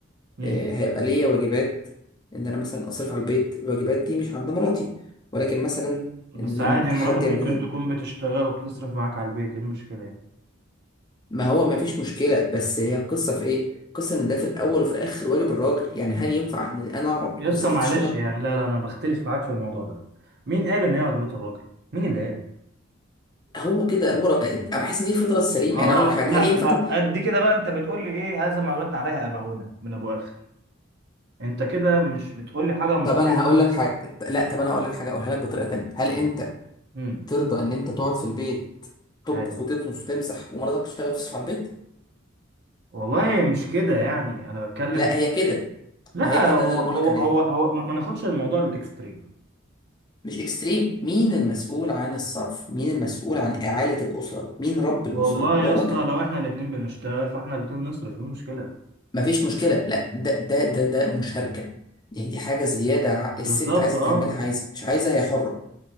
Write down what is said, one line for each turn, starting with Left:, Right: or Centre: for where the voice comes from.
Right: امم
Left: آه، هيبقى ليا واجبات ان انا مثلا اصرف على البيت الواجبات دي مش عند مراتي ولكن مثلا
Right: بس
Left: ان
Right: عادي مراتك
Left: حد يعمل
Right: ممكن
Left: لنا
Right: تكون بتشتغل وبتصرف معاك على البيت ايه المشكلة يعني
Left: ما هو ما فيش مشكلة بس هي القصة في ايه؟ القصة ان ده في الاول وفي الاخر واجب الراجل يعني هل ينفع ان انا اقعد
Right: يا
Left: والست
Right: اسطى معلش
Left: تشتغل؟
Right: يعني لا لا انا بختلف معاك في الموضوع ده مين قال ان هي واجبات الراجل مين اللي قال
Left: هو كده هو رأ- انا بحس ان دي فطرة السليم
Right: اه
Left: يعني اقول لك حاجة
Right: لا
Left: هل ينفع
Right: بقى
Left: طب
Right: قد كده بقى انت بتقول لي ايه هذا ما وجدنا عليه اباؤنا من ابو اخر انت كده مش بتقول لي حاجه مقنعه
Left: طب انا هقول لك حاجة لا طب انا هقول لك حاجة اقولها لك بطريقة تانية هل انت
Right: امم
Left: ترضى ان انت تقعد في البيت تطبخ
Right: هاي
Left: وتكنس وتمسح ومراتك تشتغل وتصرف على البيت؟
Right: والله مش كده يعني انا بتكلم
Left: لا هي كده
Right: لا
Left: ما هي كده
Right: هو
Left: ده اللي
Right: هو
Left: بقول لك عليه
Right: هو, هو ما ما ناخدش الموضوع للاكستريم
Left: مش اكستريم مين المسؤول عن الصرف؟ مين المسؤول عن إعالة الأسرة؟ مين رب
Right: والله
Left: الأسرة؟ هو
Right: يا
Left: الراجل
Right: اسطى لو احنا الاتنين بنشتغل فاحنا الاتنين نصرف ايه المشكله
Left: مفيش مشكلة لا ده ده ده ده مشاركة يعني دي حاجة زيادة ع- الست
Right: بالظبط
Left: عايزة
Right: اه
Left: تعملها عايزة مش عايزة هي حرة